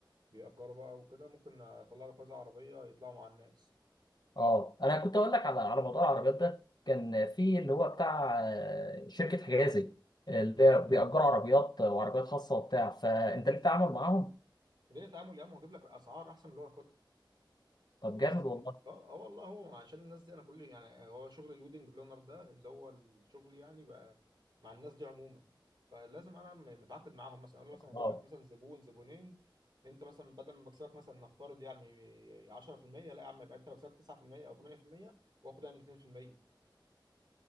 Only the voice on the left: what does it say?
اه انا كنت اقول لك على على موضوع العربيات ده كان في اللي هو بتاع آه، شركه حجازي آه، اللي هي بيأجروا عربيات وعربيات خاصه وبتاع فانت ليك تعامل معاهم
طب
جامد
والله
اه